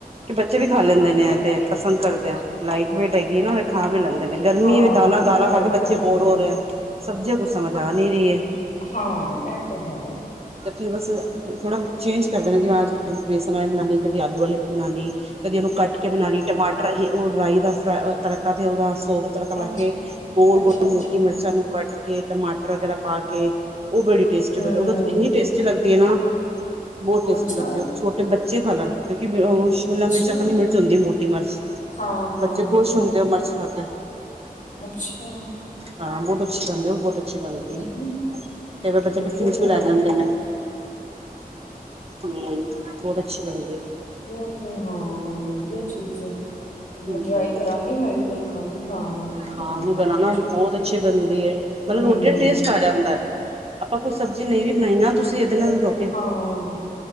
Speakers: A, on the right (about 40°); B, on the left (about 60°).
A: ਕਿ ਬੱਚੇ ਵੀ ਖਾ ਲੈਂਦੇ ਨੇ ਐ
B: ਖਾ
A: ਤੇ
B: ਲੈਣ।
A: ਪਸੰਦ ਕਰਦੇ ਆ ਲਾਈਟ ਵੇਟ ਹੈਗੀ ਐ ਨਾ ਖਾ ਵੀ ਲੈਂਦੇ ਨੇ ਗਰਮੀ
B: ਹਾਂ
A: ਵੀ ਦਾਲਾਂ-ਦਾਲਾਂ
B: ਖਾਏ
A: ਖਾ ਕੇ
B: ਜਾਂਦੇ
A: ਬੱਚੇ ਬੋਰ
B: ਨੇ
A: ਹੋ ਰਹੇ ਐ। ਸਬਜ਼ੀਆਂ ਕੁਛ ਸਮਝ ਆ ਨੀ ਰਹੀ ਹੈ।
B: ਹੁੰ ਇਹ ਤੇ ਹੈ।
A: ਤੇ ਫੇਰ ਬਸ ਥੋੜਾ ਚੇਂਜ ਕਰਦੇ ਰੇਣ ਜੇੰਜ ਬੇਸਨ ਵਾਲੇ ਬਣਾ ਲਈ ਕਦੇ ਆਲੂ ਵਾਲੀ ਵੀ ਬਣਾ ਲਈ। ਕਦੀ ਉਹਨੂੰ ਕੱਟ ਕੇ ਬਣਾ ਲਈ ਟਮਾਟਰ ਹੀ ਉਹ ਰਾਈ ਦਾ ਫ ਤੜਕਾ ਤੇ ਉਹਦਾ ਤੜਕਾ ਲਾ
B: ਅੱਛਾ
A: ਕੇ ਗੋਲ-ਗੋਲ
B: ਅੱਛਾ ਅੱਛਾ
A: ਮੋਟੀ ਮਰਚਾਂ ਨੂੰ ਕੱਟ ਕੇ ਟਮਾਟਰ ਵਗੈਰਾ ਪਾ ਕੇ ਉਹ ਬੜੀ ਟੇਸਟੀ,
B: ਹਮ
A: ਇਨੀ ਟੇਸਟੀ ਲੱਗਦੀ ਹੈ ਨਾ ਬਹੁਤ ਟੇਸਟੀ
B: ਅੱਛਾ
A: ਲੱਗਦੀ ਹੈ ਉਹ ਛੋਟੇ ਬੱਚੇ ਖਾ ਲੈਣ ਕਿਉਂਕਿ ਉਹ ਸ਼ਿਮਲਾ
B: ਅੱਛਾ
A: ਮਿਰਚ ਅਕਨ ਦੀ ਮਿਰਚ ਹੁੰਦੀ ਮੋਟੀ ਮਿਰਚ
B: ਹਾਂ ਹਾਂ
A: ਬੱਚੇ ਖੁਸ਼ ਹੁੰਦੇ ਉਹ ਮਿਰਚ ਖਾ ਕੇ।
B: ਅੱਛਾ।
A: ਹਾਂ ਬਹੁਤ ਅੱਛੀ ਬਣਦੀ ਉਹ ਵੀ ਬਹੁਤ ਅੱਛੀ ਬਣਦੀ
B: ਹੂੰ
A: ਕਈ ਵਾਰ ਬੱਚਾ
B: ਵਧੀਆ
A: <unintelligible>
B: ਮੈਂ
A: ਲੈ ਜਾਂਦੇ ਨੇ ਹੂੰ ਬਹੁਤ ਅੱਛੀ ਲੱਗਦੀ।
B: ਏਤੇ ਹਾਂ ਵਧੀਆ ਚੀਜ਼ ਐ।
A: ਹਮ
B: ਮੈਂ ਟਰਾਈ ਕਰਾਂਗੀ ਮੈਂ ਵੀ ਦੇਖਾਂਗੀ ਬਣਾਣ
A: ਹਾਂ
B: ਬਣਾਵਾਂਗੀ‌
A: ਨਹੀਂ ਬਣਾਨਾ ਬਹੁਤ ਅੱਛੀ ਬਣਦੀ ਏ
B: ਹੁੰ
A: ਮਤਲਬ ਰੋਟੀ ਦਾ ਟੇਸਟ ਆ ਜਾਂਦਾ ਐ। ਆਪਾਂ ਕੋਈ ਸਬਜ਼ੀ ਨਹੀਂ ਵੀ ਬਣਾਈ ਨਾ ਤੁਸੀਂ ਇਹਦੇ ਨਾਲ ਰੋ
B: ਹਾਂ